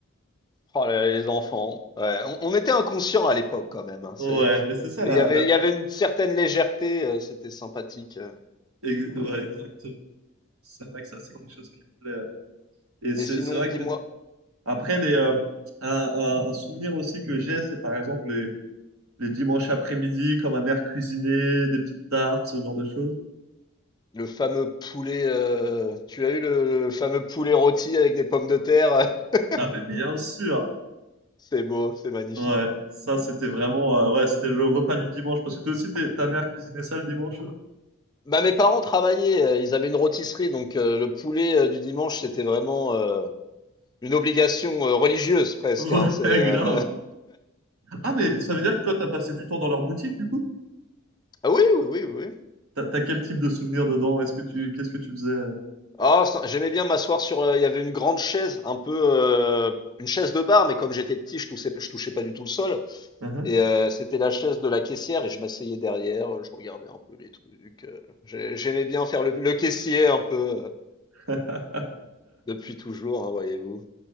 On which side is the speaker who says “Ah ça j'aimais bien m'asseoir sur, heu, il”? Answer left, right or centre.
Left